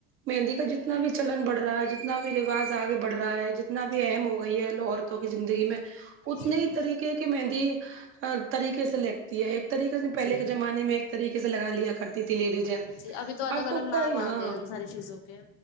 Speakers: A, on the right; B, on the left.
A: مہندی کا جتنا بھی چلن بڑھ رہا ہے جتنا بھی رواج آگے بڑھ رہا ہے جنا تنا بھی اہم ہو گئی ہے عورتوں کی زندگی میں اتنے
B: جی
A: ہی طریقے کہ مہندی طریقے سے لگتی ہے ایک طریقے سے پہلے
B: جی
A: کے زمانے میں ایک طریقے سے لگا لیا کرتی تھی لیڈیزیں
B: جی ابھی تو الگ
A: اب
B: الگ نام
A: کئی ہاں
B: آ گئے ان ساری چیزوں کے